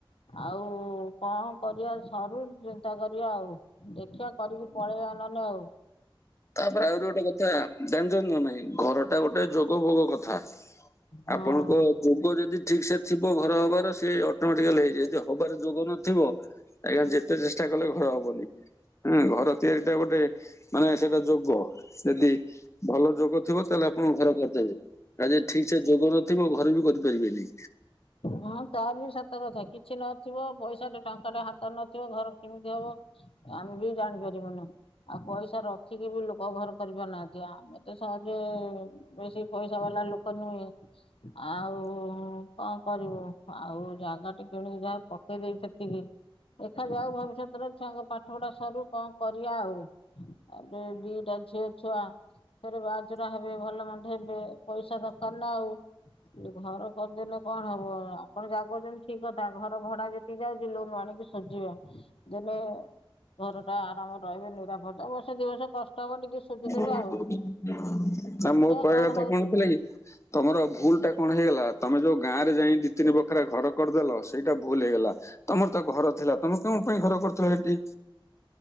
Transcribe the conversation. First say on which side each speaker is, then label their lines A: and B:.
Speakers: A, on the left; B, on the left.
A: ଆଉ କଣ କରିବା ସରୁ ଚିନ୍ତା କରିବା ଆଉ ଦେଖିବା କରିବି ପଳେଇବା ନ ହନେ ହଉ
B: ତାପରେ ଆହୁରି ଗୋଟେ କଥା ଜାଣିଛନ୍ତି ନା ନାଇଁ ଘର ଟା ଗୋଟେ ଯୋଗ ଭୋଗ କଥା
A: ହଁ
B: ଆପଣଙ୍କ ଯୋଗ ଯଦି ଠିକ ସେ ଥିବ ଘର ହବାର ସେ ଅଟୋମେଟିକାଲି ହେଇଯ ଯଦି ହବାର ଯୋଗ ନଥିବ ଆଜ୍ଞା ଯେତେ ଚେଷ୍ଟା କଲେ ଘର ହବନି ହୁଁ ଘର ତିଆରି ଟା ଗୋଟେ ମାନେ ସେଟା ଯୋଗ ଯଦି ଭଲ ଯୋଗ ଥିବ ତାହେଲେ ଆପଣ ଘର କରିଦେବେ। ଆ ଠିକ ସେ ଯୋଗ ନଥିବ ଘରେ ବି କରିପାରିବେନି।
A: ହଁ ତା ବି ସତ କଥା କିଛି ନଥିବ ପଇସା ଟଙ୍କା ଟେ ହାତ ନଥିବ ଘର କେମିତି ହବ ଆମେ ବି ଜାଣିପାରିବୁ ନୁ ଆଉ ପଇସା ରଖିକି ବି ଲୋକ ଘର କରିପାରୁ ନାହାନ୍ତି ଆମେ ତ ସହଜ ବେଶୀ ପଇସା ବାଲା ଲୋକ ନୁହେଁ ଆଉ କ କରିବୁ ଆଉ ଜାଗା ଟ କିଣିକି ଯାହା ପକେଇଦେଇ ସେତିକି। ଦେଖାଯାଉ ଭବିଷ୍ୟତରେ ଛୁଆଙ୍କ ପାଠ ପଢା ସରୁ କଣ କରିବା ଆଉ। ତାପରେ ଦିଇଟା ଝିଅ। ଛୁଆ ଫରେ ବାହାଜୁରା ହେବେ ଭଲ ମନ୍ଦ ହେବେ ପଇସା ଦରକାର ନା ଆଉ ଘର କରିଦିନ କଣ ହବ ଆପଣ ଯାଗଛନ୍ତି ଠିକ କଥା ଘର ଭଡା ଯେତିକି ଯାଉଛି ଲୋନୁ ଆଣିକି ଶଜିବା ଦିନେ ଘର ଟା ଆରାମରେ ରହିବେ ନିରାଫଦ ବର୍ଷେ ଦି ବର୍ଷ କଷ୍ଟ ହବ ଟିକେ ସୁଝିଦେବେ
B: ନା
A: ଆଉ। ଦେଖିବା
B: ମୋ କହିବା
A: କଣ
B: କଥା
A: ହଉଛି
B: କଣଥିଲା କି। ତମର ଭୁଲ ଟା କଣ ହେଇଗଲା ତମେ ଯୋଉ ଗାଁରେ ଯାଇ ଦି ତିନି ବଖରାରେ ଘର କରିଦେଲ ସେଇଟା ଭୁଲ ହେଇଗଲା। ତମର ତ ଘର ଥିଲା ତମେ କୋଣ ପାଇଁ ଘର କରୁଥିଲ ସେଠି?